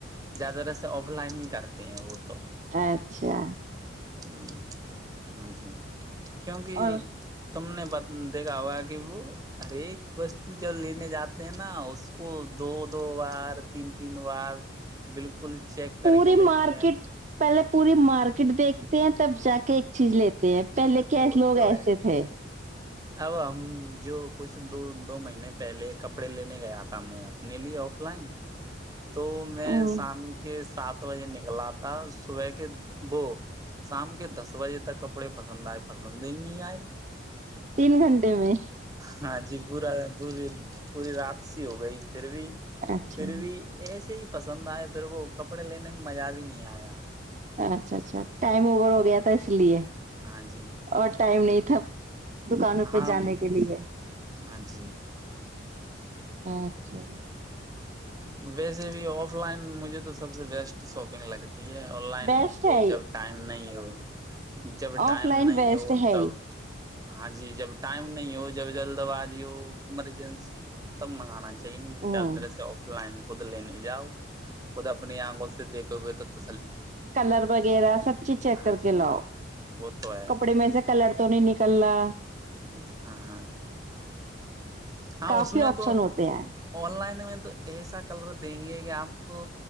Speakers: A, on the right (about 20°); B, on the right (about 40°).
A: زیادہ تر سے آف لائن ہی کرتے ہیں وہ تو
B: اچھا
A: ہ ہاں جی کیونکہ
B: اور
A: تم نے دیکھا ہوا کہ وہ ہر ایک وستو جب لینے جاتے ہیں نا اس کو دو دو بار تین تین بار بالکل کل چیک
B: پوری
A: کر کے لیتے
B: مارکیٹ
A: ہیں
B: پہلے پوری مارکیٹ دیکھتے ہیں تب جا کے ایک چیز لیتے پہلے کی
A: وہ
B: لوگ
A: تو
B: ایسے
A: ہے
B: تھے
A: اب ہم جو کچھ دو دو مہینے پہلے کپڑے لینے گیا تھا میں اپنے لیے آف لائن تو میں
B: ہ
A: شام کے سات بجے نکلا تھا صبح کے وہ شام کے دس بجے تک کپڑے پ پسند آئے پسند ہی نہیں آئے
B: تین گھنٹے د میں
A: ہاں جی پورا پوری پوری رات سی ہو گئی پھر بھی
B: اچھا
A: پھر بھی ایسے ہی پسند آئے پھر وہ کپڑے لینے میں مزہ بھی نہیں آیا
B: اچھا اچھا ٹائم اوور ہو گیا تھا اس لیے
A: ہاں جی
B: اور ٹائم نہیں تھا دکانوں
A: ہاں
B: پہ جانے کے لیے
A: ہاں جی
B: اچھا
A: ویسے بھی آف لائن مجھے تو سب سے بیسٹ شاپنگ لگتی آن لائن
B: بیسٹ
A: تو
B: ہے
A: جب ٹائم نہیں ہو ب <unintelligible> جب ٹائم
B: آف لائن
A: نہیں
B: بیسٹ
A: ہو
B: ہے
A: تب
B: ہی
A: ہاں جی جب ٹائم نہیں ہو جب جلد آبازی ہو ایمرجنسی ہو تب منگانا چاہیے د
B: ہ
A: سے آف لائن کو لینے جاؤ خود اپنی آنگوں سے دیکھے ہوئے تو ت
B: کلر وغیرہ سب چیز چیک
A: ہاں
B: کر
A: جی
B: کے لاؤ
A: وہ تو
B: کپڑے میں سے کلر تو نہیں نکلنا
A: ہ ہاں ہاں ہاں
B: کافی
A: اس میں
B: آپشن
A: تو
B: ہوتے ہیں
A: آن لائن میں تو ایسا کلر دیں گے کہ آپ آ کو